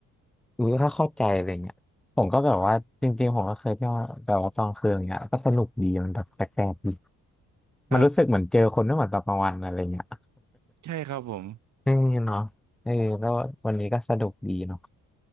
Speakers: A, in the centre; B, on the right (about 60°).
A: อุ้ยก็เข้าใจอะไรเงี้ยผมก็แบบว่าจริงๆผมก็เคยเที่ยวแบบว่าตอนคืนอย่างเงี้ยก็สนุกดีมันแบบแปลกๆดี
B: ครับ
A: มันรู้สึกเหมือนเจอคนไม่เหมือนตอนกลางวันอะไรเงี้ย
B: ใช่ครับผม
A: <laughs> เอืเนาะเออแล้ววันนี้ก็สนุกดีเนาะ